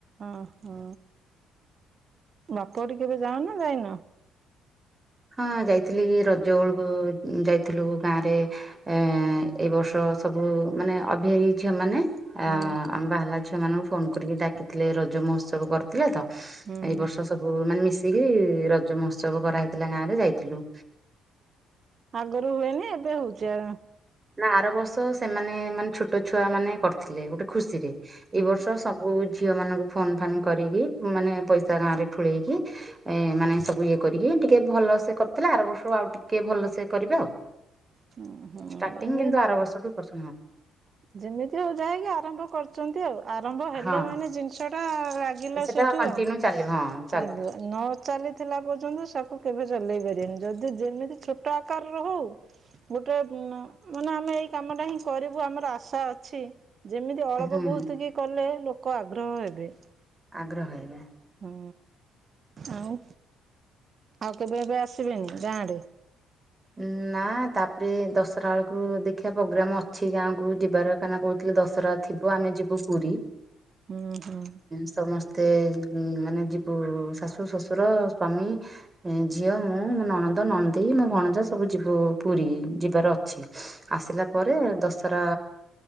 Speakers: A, on the right; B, on the right.
A: ଅ ହଁ। ବାପଘଟି କେବେ ଯାଅ ନା ଯାଇନ?
B: ହ <inaudible> ହଁ ଯାଇଥିଲି, ରଜ ବେଳକୁ ଯାଇଥିଲୁ ଗାଁରେ ଏଇ ବର୍ଷ ସବୁ ମାନେ ଅଭିଆରୀ ଝିଅମାନେ ଆମ
A: ହୁଁ
B: ବାହାହେଲା ଝିଅ ମାନଙ୍କୁ ଫୋନ କରିକି ଡାକିଥିଲେ, ଏଇ ରଜ ମହୋତ୍ସବ କରିଥିଲେ ତ
A: ହୁଁ
B: ଏଇ
A: ହୁଁ
B: ବର୍ଷ ସବୁ ମାନେ ମିଶିକି ରଜ ମହତ୍ସ ତ୍ସବ କରାହେଇଥିଲା ଗାଁରେ ଯାଇଥିଲୁ।
A: ଆଗରୁ ହୁଏନି ଏବେ ହଉଛି ଆ
B: ନା ଆର ବର୍ଷ ସେମାନେ ମାନେ ଛୋଟ ଛୁଆ ମାନେ କରିଥିଲେ, ଗୋଟେ ଖୁସିରେ ଏଇ
A: ହୁଁ
B: ବର୍ଷ ସବୁ ଝିଅ ମାନଙ୍କୁ ଫୋନ ଫାନ କରିକି ମାନେ ପଇସା ଗାଁ ରେ ଠୁଳେଇକି, ଏ ମାନେ ସବୁ ଇଏ କରିକି ଟିକେ ଭଲ ସେ କରିଥିଲା, ଆର ବର୍ଷକୁ ଆଉ ଟିକେ ଭଲସେ କରିବେ ଆଉ।
A: ହୁଁ ହୁଁ
B: ଷ୍ଟାର୍ଟିଂ
A: ଏମିତି
B: କିନ୍ତୁ ଆର ବର୍ଷଠୁ ପଶୁ
A: ଯେମିତି ହଉ ଯାହା ହେଇକି ଆରମ୍ଭ କରିଚନ୍ତି ଆଉ। ଆରମ୍ଭ ହେଲେ
B: ହଁ
A: ମାନେ ଜିନିଷ ଟା ଲାଗିଲା
B: ହଁ ସେଟା
A: ସେଇଠୁ
B: କଣ୍ଟିନ୍ୟୁ
A: ଆଉ।
B: ଚାଲିବ ହଁ
A: ଚାଲିବ ନ ଚାଲିଥିଲା ପର୍ଯ୍ୟନ୍ତ ସାକୁ କେବେ ଚଲେଇ ପାରିବେନି ଯଦି ଯେମିତି ଛୋଟ ଆକାରରେ ହଉ ଗୋଟେ ମାନେ ଆମେ ଏଇ କାମ ଟା ହିଁ କରିବୁ ଆମର ଆଶା ଅଛି। ଯେମିତି ଅଳପ
B: ହୁଁ
A: ବହୁତ କି କଲେ ଲୋକ ଆଗ୍ରହ ହେବେ।
B: ଆଗ୍ରହ ହେବେ।
A: ହୁଁ ଆଉ ଆଉ କେବେ ଏବେ ଆସିବେନି ଗାଁ ଆଡେ?
B: ନା ତାପରେ ଦଶରା ବେଳକୁୁ ଦେଖିବା ପ୍ରୋଗ୍ରାମ ଅଛି ଗାଁ କୁ ଯିବାର କାହିଁନା କହୁଥିଲେ ଦଶରା ରା ଥିବ ଆମେ ଯିବୁ ପୁରୀ
A: ହୁଁ ହୁଁ
B: ସମସ୍ତେ ମତେ ମାନେ ଯିବୁ ଶାଶୁ ଶ୍ୱଶୁର ସ୍ଵାମୀ ଝିଅ ମୁଁ ମୋ ନଣନ୍ଦ ନ୍ଦ ନଣଦେଇ ମୋ ଭଣଜା ସବୁ ଯିବୁ ପୁରୀ ଯିବାର ଅଛି। ଆସିଲା ପରେ ଦସ୍ ହରା